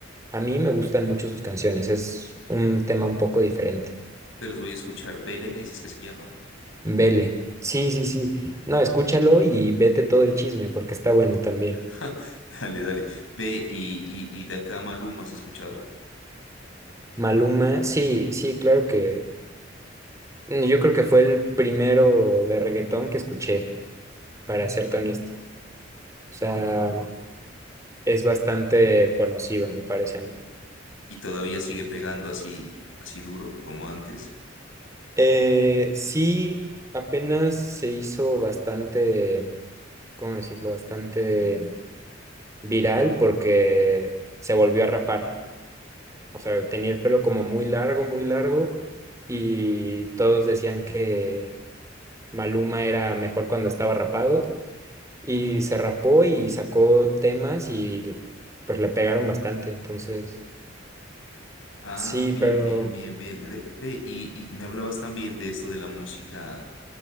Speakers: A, on the right (about 15°); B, on the left (about 80°).
A: a mí me gustan mucho sus canciones. Es un tema un poco diferente.
B: Pero los voy a escuchar. ¿Vele me dices que se llama?
A: Vele. Sí, sí, sí. No, escúchalo y vete todo el chisme porque está bueno también.
B: <laughs> Dale, dale. Ve y, y, y de acá Maluma has escuchado.
A: Maluma, sí, sí, claro que mm, yo creo que fue el primero de reggaetón que escuché, para serte honesto. O sea, es bastante conocido, me parece a mí.
B: Y todavía sigue pegando así, así duro como antes.
A: Eh, sí, apenas se hizo bastante, ¿cómo decirlo? Bastante viral porque se volvió a rapar. O sea, tenía el pelo como muy largo, muy largo, y todos decían que Maluma era mejor cuando estaba rapado, y se rapó y sacó temas y pues le pegaron bastante, entonces,
B: Ah,
A: sí,
B: bien,
A: pero,
B: bien, bien, bien. De- Ve y, y me hablabas también de esto de la música,